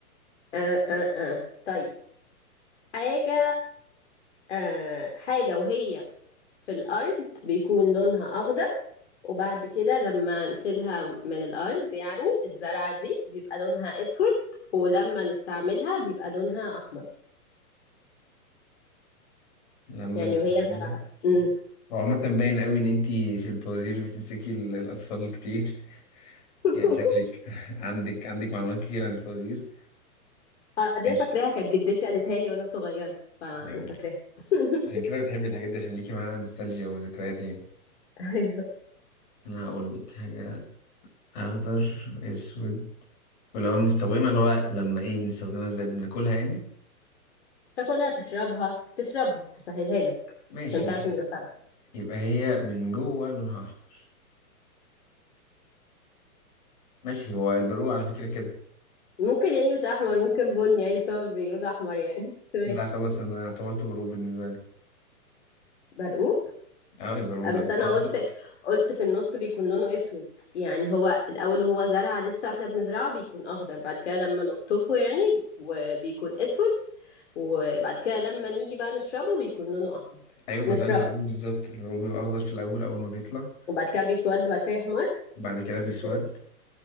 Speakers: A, on the left (about 45°); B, on the left (about 25°).
A: آه آه آه. طيب حاجة آه حاجة وهي في الأرض بيكون لونها أخضر وبعد كده لما نشيلها من الأرض يعني الزرعة دي بيبقى لونها أسود ولما نستعملها بيبقى لونها أحمر
B: لما
A: يعني
B: نستعملها
A: وهي زرعة أمم.
B: وعامة باين قوي ان انتي في الفوازير بتمسكي ال- الاطفال كتير <laughs>
A: <laughs>
B: يعني شكلك عندك عندك معلومات كتير عن الفوازير
A: آه، دي
B: ماشي
A: أنا فاكراها كانت جدتي قالتها لي وأنا صغيرة فأنا
B: يعني
A: فاكراها <laughs>
B: عشان كده بتحبي الحاجات دي عشان ليكي معاها نوستالجيا وذكريات يعني
A: أيوه
B: انا هقول لك حاجة اخضر اسود ولو بنستخدمها اللي هو لما ايه بنستخدمها ازاي بناكلها يعني
A: تاكلها تشربها تشربها هسهلها لك
B: ماشي
A: عشان تعرف إني بساعدك
B: يبقى هي من جوه لونها احمر ماشي هو البرقوق على فكرة كده
A: ممكن يعني مش احمر ممكن بني عادي بس هو بيقول احمر يعني <laughs> بس ماشي
B: لا خلاص انا اعتبرته برقوق بالنسبة لي
A: برقوق
B: اه البرقوق
A: آه،
B: ده
A: بس
B: لونه
A: انا
B: اخضر
A: قلت قلت في النص بيكون لونه اسود يعني هو الاول وهو زرعه لسه واحنا بنزرعه بيكون اخضر بعد كده لما نقطفه يعني وبيكون اسود وبعد كده لما نيجي بقى نشربه بيكون لونه احمر
B: ايوه ما
A: نشربه
B: ده البرغوث بالظبط البرغوث بيبقى اخضر في الاول اول ما بيطلع
A: وبعد كده بيسود بعد كده يحمر
B: بعد كده بيسود
A: ازاي